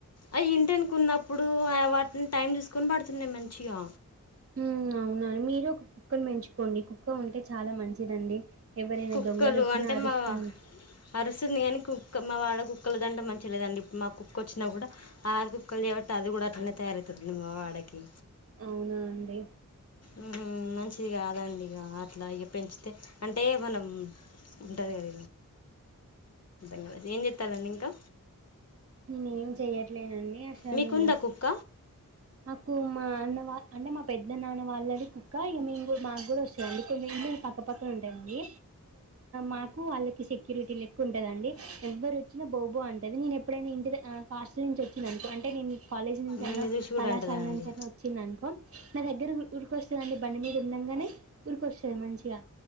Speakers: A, on the left; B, on the right.
A: అయి ఇంటెనకున్నప్పుడు వాటిని టైం చూసుకొని పడుతున్నయి మంచిగా
B: అవునావునా మీరే ఒక కుక్కను పెంచుకోండి కుక్క ఉంటే చాలా మంచిదండి ఎవరైనా
A: కుక్కలు
B: దొంగలు వచ్చినా
A: అంటే
B: అరుస్తుంది
A: మా అరుస్తుంది గని కు క్క మా వాడ కుక్కల దంట మంచిగ లేదండి ఇప్ మా కుక్క ఒచ్చినా కూడా ఆరు కుక్కలు జేబట్టి అది గూడ అట్నే తయారయితున్ మ వడకి
B: అవునా అండి
A: ఊ మంచిది కాదండి ఇక అట్లా ఇక పెంచితే అంటే మనం ఉంటుంది కద ఇ కద ఏం చెస్తాలండి ఇంకా
B: నేను ఏం చెయ్యట్లేనండి అసలు
A: మీకు ఉందా కుక్క
B: మాకు మా అన్న అంటే మా పెద్ద నాన్న వాళ్ళది కుక్క ఇ మే కూడా మాకు కూడా వస్తాంది అందుక పక్కపక్క ఉంటాడండి నాకు వాళ్లకు సెక్యూరిటీ లెకు ఉంటుంద అండి ఎవరు వచ్చినా బాబో అంటది నేను ఎప్పుడైనా ఇంటి కాస్ట్ల నుంచి వచ్చినా అంటే నేను కాలేజ్ నుంచి
A: నిన్ను
B: అన్నా
A: చూసి కూడా
B: కళాశాల
A: అంటదా అండి
B: నుంచి అన్నా వచ్చింది అనుకో నా దగ్గర ఊరిక వస్తుందండి బండి మీద ఉండంగానే ఊరిక వస్తుంది మంచిగా